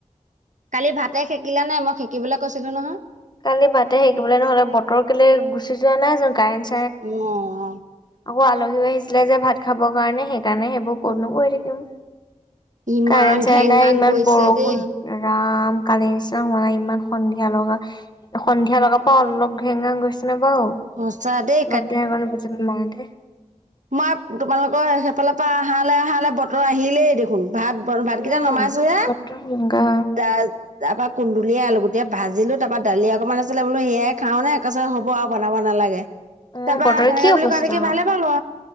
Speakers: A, on the right; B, on the left.
A: কালি ভাতে সেকিলা নে নাই মই সেকিবলৈ কৈছিলো নহয়।
B: কালি ভাতে সেকিবলৈ নহ'লে বতৰ কেলে গুচি যোৱা নাই কাৰেন।
A: উ ও।
B: আকৌ আলহীও আহিছিলে যে ভাত খাবৰ কাৰণে সেইকাৰণে সেইবোৰ
A: অ
B: <unintelligible> কৈ থাকিম।
A: ইমান
B: কাৰেণ্ট চাৰেন্ত
A: ঘেং
B: নাই
A: ঘাং
B: ইমান
A: কৰিছে
B: বৰষুণ
A: দেই
B: ৰাম। কালিৰ নিচিনা হোৱা ইমান সন্ধিয়া লগা সন্ধিয় লগাৰ পৰা অলপ ঘেং ঘেং গৈছে। আমি বাৰু
A: সঁচা দেই
B: লগ দুই বুজিব <unintelligible> নাই।
A: মা তোমালোকৰ সেইফালৰ পৰা আহালৈ আহালৈ বতৰ আহিলেই দেখোন। ভাত বন ভাতকেইটা
B: উম
A: নমাইছো হে
B: বতৰ গা
A: দাল দালভাত। কুন্দুলুলিয়ে আলুগুতিয়ে ভাজিলোঁ তাৰপৰা দালি অকণমান আছিলে বোলো সেয়াই খাওঁনে একছত হ'ব আৰু বনাব নালাগে। তাৰপাৰা
B: অ বতৰ
A: তেনেকে
B: কি
A: বুলি
B: অৱস্থা
A: কোৱা দেখি ভালে
B: আও
A: পালো।